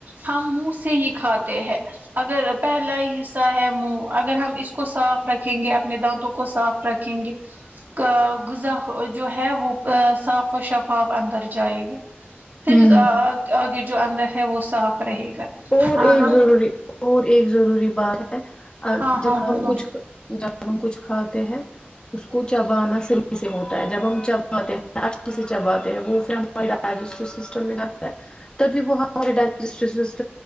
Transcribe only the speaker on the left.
ہوں
اور
ایک
ضروری اور ایک ضروری بات ہےو
جب
ہم کچھ جب ہم کچھ کھاتے ہیں اس کو چبانا صحیح سے ہوتا ہے جب ہم چباتے ہیں اچھے سے چباتے ہیں وہ پھر ہم وہ ڈجسٹیو سسٹم ڈالتا ہے تب بھی وہ ہمارے ڈجسٹیو سسی